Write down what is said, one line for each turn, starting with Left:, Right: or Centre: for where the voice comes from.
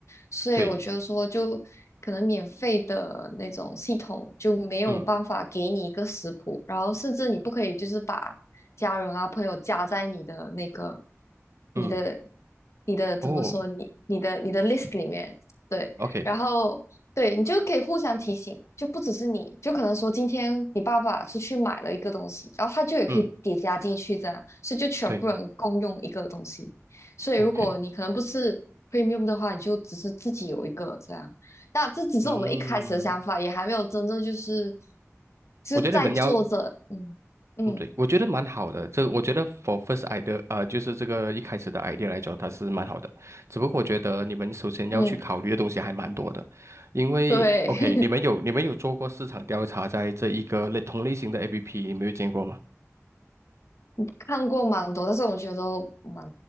Left: 所以我觉得说，
Right: 对，
Left: 就可能免费的那种系统就没有办法给你一个食谱，
Right: 嗯
Left: 然后甚至你不可以就是把家人啊朋友加在你的那个你的
Right: 嗯，
Left: 你的怎么说你你的你的
Right: 哦
Left: list 里面，对。
Right: ，OK，
Left: 然后对你就可以互相提醒，就不只是你，就可能说今天你爸爸出去买了一个东西，然后他就也可以叠加进去这样，
Right: 嗯，
Left: 所以就全部人共用一个东西。
Right: 对
Left: 所以如果你可能不是
Right: ，OK，
Left: premium 的话，你就只是自己有一个这样。那这只是我们一开始的想法，
Right: 嗯，
Left: 也还没有真正就是就是在做着，
Right: 我觉得你们要，
Left: 嗯嗯
Right: 嗯，对，我觉得蛮好的。这我觉得 for first idea，呃，就是这个一开始的 idea 来讲，它是蛮好的。只不过我觉得你们首先要去考虑的东西还蛮多的，
Left: 嗯，
Right: 因为
Left: 对，
Right: OK，
Left: <laughs>
Right: 你们有你们有做过市场调查，在这一个类同类型的 APP，你们有见过吗？
Left: 看过蛮多，但是我们觉得都蛮